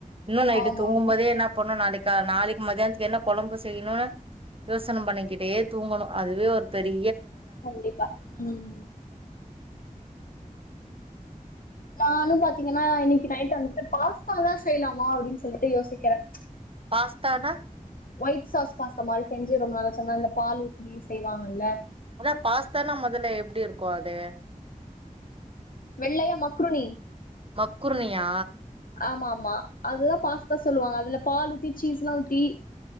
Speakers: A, on the right; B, on the left.
A: இன்னு நைட்டு
B: ஆமா
A: தூங்கும்போதே
B: ஆமா
A: அ நாளைக்கா நாளைக் மதியானத்துக்கு என்ன கொழம்பு செய்யணுனு யோசன பண்ணிக்கிட்டே தூங்கணு அதுவே ஒரு பெரி
B: கண்டிப்பா உம் நானும் பாத்தீங்கன்னா இன்னைக்கு நைட் வந்துட்டு பாஸ்தாதா செய்யலாமா அப்படின்னு சொல்லிட்டு யோசிக்கறே
A: பாஸ்தானா
B: ஒயிட் சாஸ் பாஸ்தா மாரி செஞ்சு ரொம்ப நாளாச்சு அந் மாரி இந்த பால் ஊத்தி செய்வாங்கல்ல
A: அதா பாஸ்தானா மொதல்ல எப்டி இருக்கு அது
B: வெள்ளையா மக்ருனி
A: மக்ருனியா
B: ஆமா ஆமா அதுதா பாஸ்தா சொல்லுவாங்க அதுல பால் ஊத்தி சீஸ்லா ஊத்தி